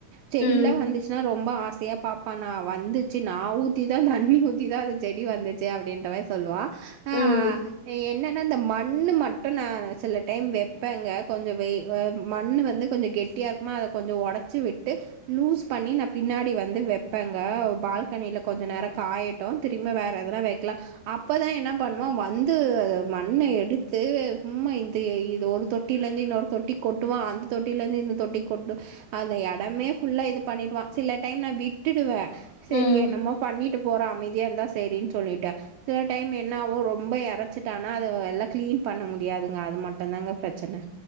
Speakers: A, on the right (about 80°); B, on the left (about 85°).
A: செடிலாம்
B: ம்.
A: வந்துச்சுன்னா ரொம்ப ஆச சையா பாப்பா நா வந்துச்சு நா ஊத்திதா தண்ணி ஊத்திதா அந்த செடி வந்துச்சு அப்படின்ற மாரி சொல்லுவா ஆஹ்
B: ம்.
A: என்ன ஆனா இந்த மண்ணு மட்டும் நான் சில டைம் வைப்பேங்க கொஞ்சம் வை எ மண் வந்து கொஞ்சம் கெட்டியாக இருக்குமா அத கொஞ்சம் உடைச்சி விட்டு லூஸ் பண்ணி நா பின்னாடி வந்து வைப்பேங்க பால்கனியில கொஞ்சம் நேரம் காயட்டும் திரும்ப வேற எதனா வைக்கலாம் அப்போதான் என்ன பண்ணுவான் வந்து மண்ண எடுத்து சும்மா இது இது ஒரு தொட்டிலேயிந்து இன்னொரு தொட்டிக்கு கொட்டுவா அந்த தொட்டிலேந்து இந்த தொட்டி கொட்டு அந்த இடமே ஃபுல்லாக இது பண்ணிவிடுவான் சில டைம் நான் விட்டுவே சரி
B: ம்.
A: என்னமோ பண்ணிட்டு போற அமைதியா இந்தா சரின்னு சொல்லிட்டு சில டைம் என்னாவும் ரொம்ப எறச்சிட் டானா அது எல்லா கிளீன் பண்ண முடியாதுங்க அது மட்டம்தான்ங்க பிரச்சனை